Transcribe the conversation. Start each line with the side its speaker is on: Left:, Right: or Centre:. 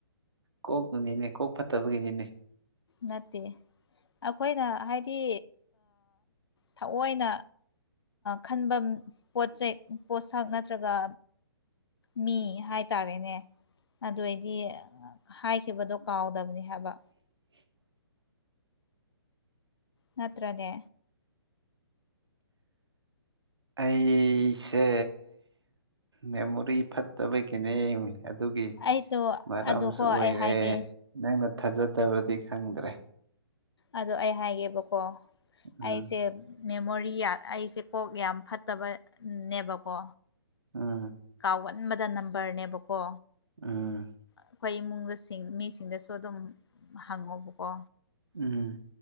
Right: ꯀꯣꯛꯅꯅꯤꯅꯦ ꯀꯣꯛ ꯐꯠꯇꯕꯒꯤꯅꯤꯅꯦ
Left: ꯅꯠꯇꯦ ꯑꯩꯈꯣꯏꯅ ꯍꯥꯏꯗꯤ ꯊꯑꯣꯏꯅ ꯈꯟꯕ ꯄꯣꯠ ꯆꯩꯩ ꯄꯣꯠꯁꯛ ꯅꯠꯇ꯭ꯔꯒ ꯃꯤ ꯍꯥꯏꯇꯥꯔꯦꯅꯦ ꯑꯗꯨ ꯑꯣꯏꯗꯤ ꯍꯥꯏꯈꯤꯕꯗꯣ ꯀꯥꯎꯗꯕꯅꯤ ꯍꯥꯏꯕ
Right: <unintelligible>
Left: ꯅꯠꯇ꯭ꯔꯅꯦ
Right: ꯑꯩꯁꯦ ꯃꯦꯃꯣꯔꯤ ꯐꯠꯇꯕ ꯒꯤꯅꯦ ꯑꯗꯨꯒꯤ
Left: ꯑꯩꯗꯣ
Right: ꯃꯔꯝꯁꯨ
Left: ꯑꯗꯨꯀꯣ
Right: ꯑꯣꯏꯔꯦ
Left: ꯑꯩ ꯍꯥꯏꯒꯦ
Right: ꯅꯪꯅ ꯊꯥꯖꯗꯕꯗꯤ ꯈꯪꯗ꯭ꯔꯦ
Left: ꯑꯗꯣ ꯑꯩ ꯍꯥꯏꯒꯦꯕꯀꯣ
Right: ꯎꯝ
Left: ꯑꯩꯁꯦ ꯃꯦꯃꯣꯔꯤ ꯑꯩꯁꯦ ꯀꯣꯛ ꯌꯥꯝ ꯐꯠꯇꯕꯅꯦꯕꯀꯣ
Right: ꯎꯝ
Left: ꯑꯒꯟꯕꯗ ꯅꯝꯕꯔꯅꯦꯕꯀꯣ
Right: ꯎꯝ
Left: ꯑꯩꯈꯣꯏ ꯏꯃꯨꯡꯗ ꯃꯤꯁꯤꯡꯗꯁꯨ ꯑꯗꯨꯝ ꯍꯪꯉꯣꯕꯀꯣ
Right: ꯎꯝ